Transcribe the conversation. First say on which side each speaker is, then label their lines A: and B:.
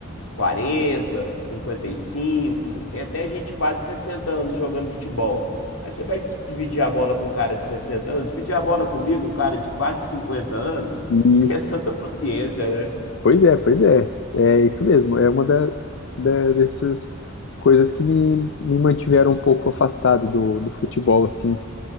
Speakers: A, on the left; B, on the left.
A: 40, 55, tem até gente de quase 60 anos jogando futebol. Aí você vai dis- dividir a bola com um cara de 60 anos, dividir a bola comigo, um cara de quase 50 anos,
B: isso.
A: <laughs> tenha santa paciência, né?
B: Pois é, pois é. É isso mesmo, é uma da, da- dessas coisas que me, me mantiveram um pouco afastado do, do futebol, assim.